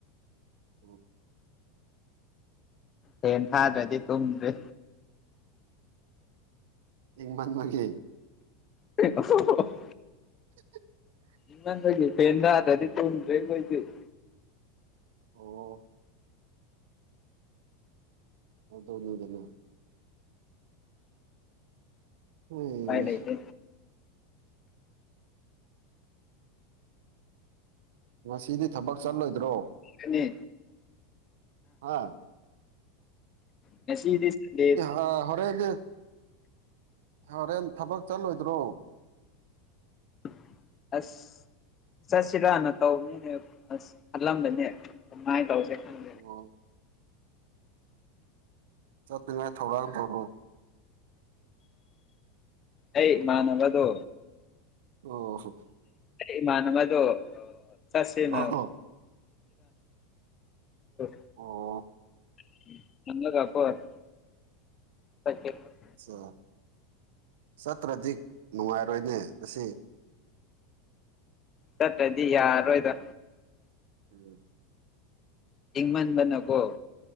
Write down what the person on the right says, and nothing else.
<unintelligible>
ꯍꯪ ꯃꯟꯃꯒꯤ
<inaudible>
ꯑꯣ ꯑꯗꯨꯅꯤꯗꯅ <unintelligible>
ꯉꯁꯤꯗꯤ ꯊꯕꯛ ꯆꯠꯂꯣꯏꯗ꯭ꯔꯣ
ꯍꯥ
ꯑꯥ ꯍꯣꯔꯦꯟꯗꯤ ꯍꯣꯔꯦꯟ ꯊꯕꯛ ꯆꯠꯂꯣꯏꯗ꯭ꯔꯣ
ꯑꯣ ꯆꯠꯇꯨꯉꯥꯏ ꯊꯧꯔꯥꯡ ꯇꯧꯔꫭ
ꯑꯣ ꯍꯣ
ꯑꯣ
ꯑꯣ
ꯆꯥ ꯆꯠꯇ꯭ꯔꯗꯤ ꯅꯨꯡꯉꯥꯏꯔꯣꯏꯅꯦ ꯉꯁꯤ
ꯎꯝ